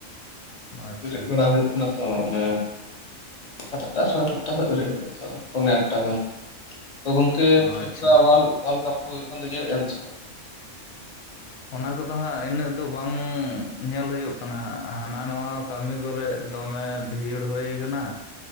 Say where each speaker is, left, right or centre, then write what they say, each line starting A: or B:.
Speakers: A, on the left; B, on the left.
A: ᱟᱪᱪᱷᱟ
B: ᱵᱮᱨᱮᱫ ᱵᱟᱲᱟ ᱦᱳᱭᱳᱜ ᱠᱟᱱᱟ ᱛᱚ ᱚᱱᱮ ᱥᱟᱛᱴᱟ ᱥᱟᱲᱮ ᱥᱟᱛᱴᱟ ᱥᱮᱫ ᱵᱮᱨᱮᱫ <unintelligible> ᱯᱚᱱᱮ ᱟᱴᱴᱟ ᱜᱟᱱ ᱛᱚ ᱜᱚᱝᱠᱮ ᱯᱷᱤᱯᱟ
A: ᱟᱪᱪᱷᱟ
B: ᱚᱣᱟᱞ ᱠᱟᱯ ᱠᱚ ᱦᱳᱭᱳᱜ ᱠᱟᱱ ᱫᱚ ᱧᱮᱞ ᱮᱜᱟ ᱵᱤᱱ ᱥᱮ ᱵᱟᱝ?
A: ᱚᱱᱟ ᱠᱚᱫᱚ ᱦᱟᱜ ᱤᱱᱟᱹᱜ ᱫᱚ ᱵᱟᱝ ᱧᱮᱞ ᱦᱳᱭᱳᱜ ᱠᱟᱱᱟ ᱦᱟᱜ ᱦᱟᱱᱟ ᱱᱟᱣᱟ ᱠᱟᱹᱢᱤ ᱠᱚᱨᱮᱜ ᱫᱚᱢᱮ ᱵᱷᱤᱲ ᱦᱳᱭ ᱠᱟᱱᱟᱹ